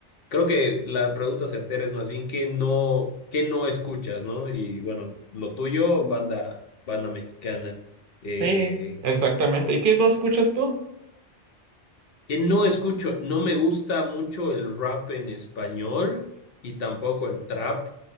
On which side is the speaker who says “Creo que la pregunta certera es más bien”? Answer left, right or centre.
Left